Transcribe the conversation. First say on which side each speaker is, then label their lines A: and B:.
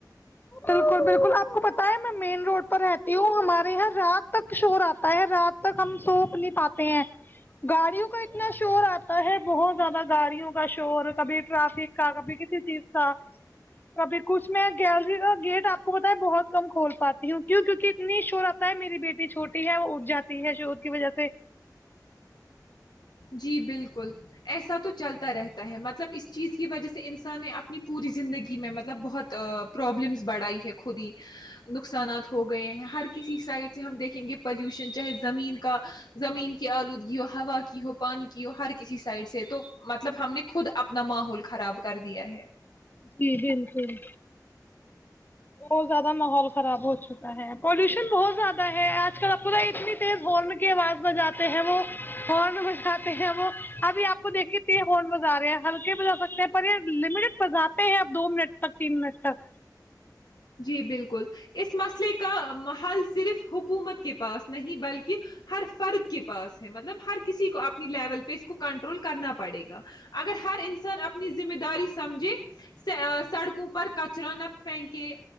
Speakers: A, on the left; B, on the left.
A: بک بالکل آپ کو بتائے میں مین روڈ پر رہتی ہوں ہمارے یہاں رات تک شور آتا ہے رات تک ہم سوپ نہیں پاتے ہیں گاڑیوں کا اتنا شور آتا ہے بہت زیادہ گاڑیوں کا شور کبھی ٹرافک کا کبھی کسی چیز کا کبھی کچھ میں گیلری کا گیٹ آ کو بتایں بہت کم کھول پاتی ہوں کیوں کیکہ اتنی شو رہتا ہے میری بیٹی چھوٹی ہے وہ اٹ جاتی ہے شور کی وجہ سے
B: جی بالکل ایسا تو چلتا رہتا ہے مطلب اس چیز کی وجہ سے انسان نے اپنی پوری زندگی میں مطلب بہت پرابلمس بڑھائی ہے خود ہی نقصانات ہو گئے ہیں ہر کسی سائڈ سے ہم دیکھیں گے پلیوشن چاہے زمین کا زمین کی آلودگی ہو ہوا کی ہو کی ہر کسی سائڈ سے تو مطلب ہم نے خود اپنا ماحول خراب کر دیا ہے
A: جی بالکل بہت زیادہ ماحول خراب ہو چکا ہے پالوشن بہت زیادہ ہے آج کل اتنی تیز ہارن کی آواز بجاتے ہیں وہ ہارن بجاتے ہیں وہ ابھی آپ کو دیکے تیز ہارن بجا رہے ہیں ہلکے بگا سکتے ہیں پر یہ لٹ بات ہیں آپ دو منٹ تک تین منٹ تک
B: جی بالکل اس مسئلے کا حل صرف حکومت کے پاس نہیں بلکہ ہر فرد کے پاس ہے مطلب ہر کسی کو اپنی لیول پہ اس کو کنٹرول کرنا پڑے گا اگر ہر انسان اپنی مے داری سمجھے سڑکوں کو پر کچرا نہ پھینکے